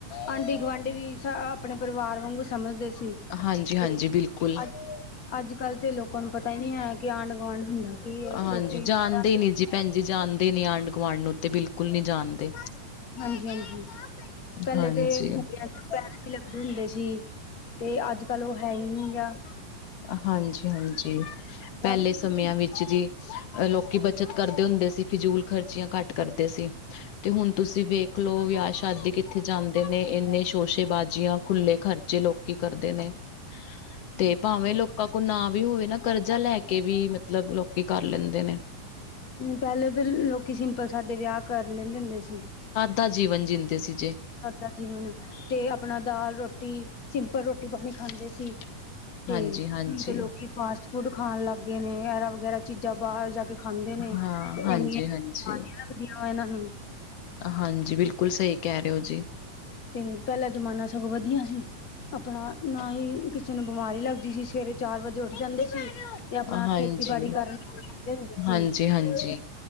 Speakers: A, on the left (about 45°); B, on the left (about 65°).
A: ਆਂਢੀ-ਗੁਆਂਢੀ ਵੀ, ਸ ਆਪਣੇ ਪਰਿਵਾਰ ਵਾਂਗੂ ਸਮਝਦੇ ਸੀ।
B: ਹਾਂਜੀ-ਹਾਂਜੀ
A: ਤੇ,
B: ਬਿਲਕੁਲ
A: ਅੱਜ ਅੱਜ-ਕੱਲ ਤੇ ਲੋਕਾਂ ਨੂੰ ਪਤਾ ਈ ਨਹੀਂ ਹੈ ਕਿ, ਆਂਢ-ਗੁਆਂਢ ਹੁੰਦਾ ਕੀ ਹੈ।
B: ਹਾਂਜੀ,
A: ਲੋਕੀ
B: ਜਾਣਦੇ
A: ਸ਼ਹਿਰਾਂ
B: ਈ
A: ਤੇ
B: ਨੀ ਜੀ ਭੈਣ ਜੀ, ਜਾਣਦੇ ਨੀ, ਆਂਢ-ਗੁਆਂਢ ਨੂੰ ਤੇ ਬਿਲ ਬਿਲਕੁਲ ਨੀ ਜਾਣਦੇ,
A: ਹਾਂਜੀ-ਹਾਂਜੀ ਪਹਿਲੇ
B: ਹਾਂਜੀ।
A: ਤੇ ਗੁੰਡਿਆਂ ਦੇ ਪੈਰ ਵੀ ਲੱਗਦੇ ਹੁੰਦੇ ਸੀ, ਤੇ ਅੱਜ-ਕੱਲ ਉਹ ਹੈਹੀ ਨਹੀਂ ਗਾ।
B: ਹਾਂਜੀ-ਹਾਂਜੀ, ਪਹਿਲੇ
A: ਹਾਂਜੀ-ਹਾਂਜੀ।
B: ਸਮਿਆਂ ਵਿ ਜੀ, ਅ ਲੋਕੀ ਬਚਤ ਕਰਦੇ ਹੁੰਦੇ ਸੀ, ਫਿਜ਼ੂਲ ਖ਼ਰਚੀਆਂ ਘੱਟ ਕਰਦੇ ਸੀ। ਤੇ ਹੁਣ ਤੁਸੀਂ ਵੇਖਲੋ, ਵਿਆਹ-ਸ਼ਾਦੀ ਕਿੱਥੇ ਜਾਂਦੇ ਨੇ ਇੰਨੇ ਸ਼ੋਸ਼ੇਬਾਜ਼ੀਆਂ, ਖੁੱਲੇ ਖਰਚੇ ਲੋਕ ਕੀ ਕਰਦੇ ਨੇ। ਤੇ ਭਾਵੇਂ ਲੋਕਾਂ ਕੋਲ ਨਾ ਵੀ ਹੋਵੇ ਨਾ ਕਰਜ਼ਾ ਲੈਕੇ ਵੀ, ਮਤਲਬ ਲੋਕੀ ਕਰ ਲੈਂਦੇ ਨੇ।
A: ਪਹਿਲੇ ਤੇ ਲੋਕੀ, ਸਿੰਪਲ-ਸਾਦੇ ਵਿਆਹ ਕਰ ਲੈਂਦੇ ਹੁੰਦੇ ਸੀ।
B: ਦਾ ਜੀਵਨ ਜੀਂਦੇ ਸੀ ਜੇ।
A: ਸਾਦਾ ਜੀਵਨ, ਤੇ ਅਪਣਾ ਦਾਲ-ਰੋਟੀ, ਸਿੰਪਲ ਰੋਟੀ-ਪਾਣੀ ਖਾਂਦੇ ਸੀ। ਤੇ,
B: ਹਾਂਜੀ
A: ਹੁਣ
B: ਹਾਂਜੀ
A: ਤੇ ਲੋਕੀ ਫਾਸਟ-ਫੂਡ ਖਾਣ ਲੱਗ ਗਏ ਨੇ, ਐਰਾ-ਵਗੈਰਾ ਚੀਜ਼ਾਂ ਬਾਹਰ ਜਾਕੇ ਖਾਂਦੇ ਨੇ,
B: ਹਾਂ
A: ਤੇ
B: ਹਾਂਜੀ
A: ਉਨੀਆ
B: ਹਾਂਜੀ
A: ਦੀਆ ਇਹਨਾਂ ਨੂੰ।
B: ਹਾਂਜੀ, ਬਿਲਕੁਲ ਸਈ ਕੈਅ ਰਏ ਓ ਜੀ।
A: ਤੇ ਪੈਹਲਾਂ ਜਮਾਨਾ ਸਗੋਂ ਵਦੀਆ ਸੀ। ਆਪਣਾ ਨਾ ਈ ਕਿਸੇ ਨੂੰ ਬਿਮਾਰੀ ਲੱਗਦੀ ਸੀ। ਸਵੇਰੇ ਚਾਰ ਵਜੇ ਉੱਠ ਜਾਂਦੇ ਸੀ। ਤੇ ਆਪਣਾ
B: ਹਾਂਜੀ,
A: ਖੇਤੀਬਾੜੀ ਕਰਦੇ ਸੀ।
B: ਹਾਂਜੀ, ਹਾਂਜੀ।